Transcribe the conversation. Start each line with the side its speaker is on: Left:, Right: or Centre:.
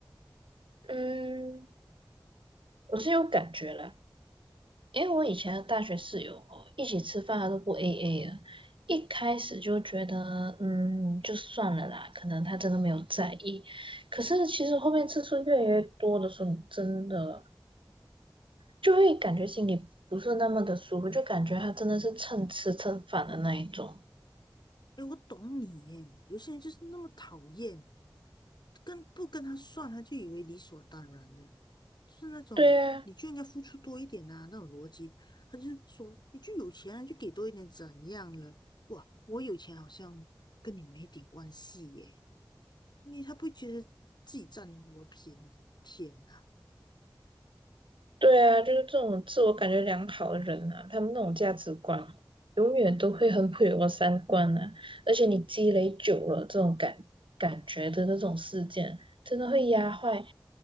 Right: 嗯，我是有感觉啦。因为我以前的大学室友哦，一起吃饭他都不 AA 了。一开始就觉得，嗯，就算了啦，可能他真的没有在意。可是其实后面次数越来越多的时候，真的就会感觉心里不是那么的舒服，就感觉他真的是蹭吃蹭饭的那一种。
Left: 诶，我懂你耶，有些人就是那么讨厌，跟不跟他算，他就以为理所当然的，就是那种你就应该付出多一点啊那种逻辑。
Right: 对啊，
Left: 他就说你就有钱啊，就给多一点怎样了？哇，我有钱好像跟你没点关系耶。因为他不会觉得自己占我便宜？天呐，
Right: 对啊，就是这种自我感觉良好的人啊，他们那种价值观永远都会很毁我三观啊！而且你积累久了，这种感感觉的那种事件，真的会压坏、